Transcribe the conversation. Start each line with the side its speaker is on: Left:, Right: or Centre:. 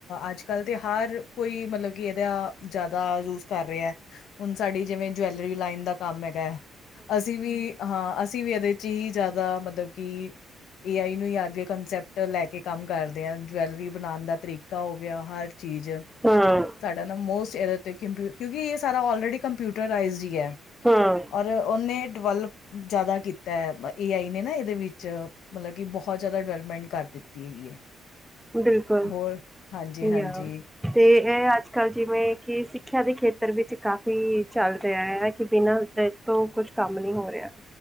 Left: ਅੱਜ ਕੱਲ੍ਹ ਤਾਂ ਹਰ ਕੋਈ ਮਤਲਬ ਕਿ ਇਹਦਾ ਜ਼ਿਆਦਾ ਯੂਜ ਕਰ ਰਿਹਾ ਹੁਣ ਸਾਡੀ ਜਿਵੇਂ ਜਵੈਲਰੀ ਲਾਈਨ ਦਾ ਕੰਮ ਹੈਗਾ ਹੈ ਅਸੀਂ ਵੀ ਹਾਂ ਅਸੀਂ ਵੀ ਇਹਦੇ ਹੀ ਜ਼ਿਆਦਾ ਮਤਲਬ ਕਿ ਏ ਆਈ ਨੂੰ ਹੀ ਆਗੇ ਕੰਸੈਪਟ ਲੈ ਕੇ ਕੰਮ ਕਰਦੇ ਆ ਜਵੈਲਰੀ ਬਣਾਉਣ ਦਾ ਤਰੀਕਾ ਪਾ ਹੋ ਗਿਆ ਹਰ ਚੀਜ਼
Centre: ਹਾਂ
Left: ਸਾਡਾ ਨਾ ਮੋਸਟ ਇਹਦੇ ਉੱਤੇ ਕੰਪਿ ਕਿਉਂਕਿ ਇਹ ਸਾਰਾ ਔਲਰੇਡੀ ਕੰਪਿਊਟਰ ਰਾਈਜ਼ਡ ਹੀ ਹੈ
Centre: ਹਮ
Left: ਔਰ ਉਹਨੇ ਡਿਵੈਲਪ ਜ਼ਿਆਦਾ ਕੀਤੀ ਤੇ ਏ ਆਈ ਨੇ ਨਾ ਇਹਦੇ ਵਿੱਚ ਮਤਲਬ ਕਿ ਬਹੁਤ ਜ਼ਿਆਦਾ ਡਿਵੈਲਪਮੈਂਟ ਕਰ ਦਿੱਤੀ ਹੈਗੀ ਹੈ
Centre: ਬਿਲਕੁਲ
Left: ਹੋਰ ਹਾਂਜੀ ਹਾਂਜੀ
Centre: ਯਾ ਤੇ ਇਹ ਅੱਜ ਕੱਲ੍ਹ ਜਿਵੇਂ ਕਿ ਸਿੱਖਿਆ ਦੇ ਖੇਤਰ ਵਿੱਚ ਕਾਫ਼ੀ ਚੱਲ ਰਿਹਾ ਹੈ ਕਿ ਬਿਨਾਂ ਤੋਂ ਕੁੱਛ ਕੰਮ ਨੀ ਹੋ ਰਿਹਾ